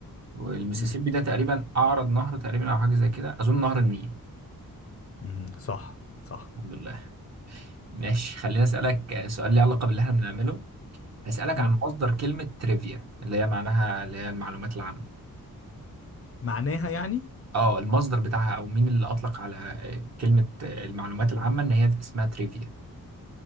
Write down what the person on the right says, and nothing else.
والميسيسيبي
ده تقريبا اعرض نهر تقريبا او حاجه زي كده اظن نهر النيل
الحمد لله ماشي خليني اسالك سؤال ليه علاقه باللي احنا بنعمله هسالك
عن مصدر كلمه تريفيا اللي هي معناها اللي هي المعلومات العامه
اه المصدر بتاعها او مين اللي اطلق على كلمه المعلومات العامه ان هي اسمها تريفيا